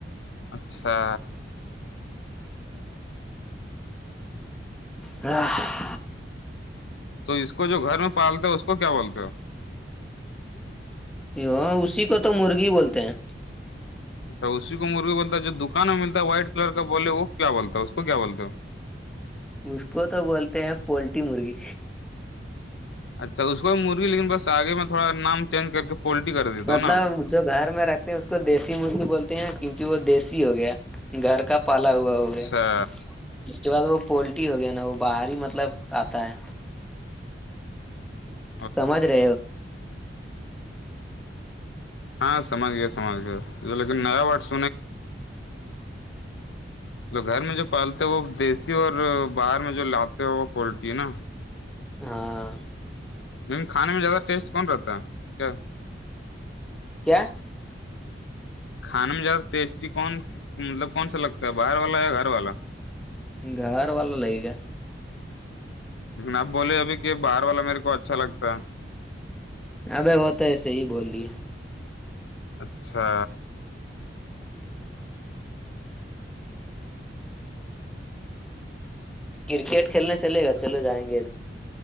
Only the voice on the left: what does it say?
اچھا
تو اس کو جو گھر میں پالتے ہو اس کو کیا بولتے ہو
اچھا اسی کو مرغے بولتا جو دکان میں متا وائٹ کلر کا بولے وہ کیا بولتا ہے اس کو کیا بولتے ہو
اچھا اس کو بھی مرغی لیکن بس آگے میں تھوڑا نام چینج کر کے پولٹری کر دیتا
ہ نا
اچھا
<inaudible>
ہاں سمجھ گیا سمجھ گیا لیکن نیا واٹ <inaudible> تو گھر میں جو پالتے ہیں وہ دیسی اور باہر میں جو لاتے ہیں وہ پولٹری ہے نا
لیکن کھانے میں زیادہ ٹیسٹ کون رہتا ہے کیا
کھانے میں زیادہ ٹیسٹی کون مطلب کون سا لگتا ہے باہر والا یا گھر والا
آب بولے ابھی کہ باہر والا میرے کو اچھا لگتا ہے
اچھا